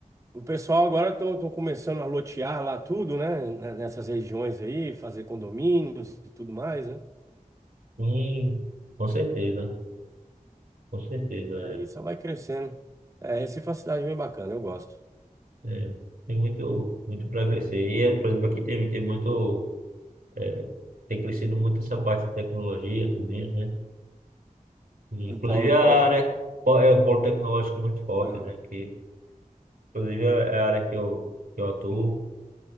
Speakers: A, on the right; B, on the right.
A: O pessoal agora estão começando a lotear lá tudo, né? N- Nessas regiões aí, fazer condomínios e tudo mais, né?
B: Sim, com certeza, com certeza.
A: E aí só vai crescendo. É, Recife é uma cidade bem bacana, eu gosto.
B: É, é, tem muito, muito para crescer. E, é, por exemplo, aqui tem, tem muito, é, tem crescido muito essa parte de tecnologia, tudo, né? Inclusive
A: O Paulo,
B: a
A: Paulo.
B: área po- é o polo tecnológico muito forte,
A: aham.
B: né? Que, inclusive é a área que eu, que eu atuo.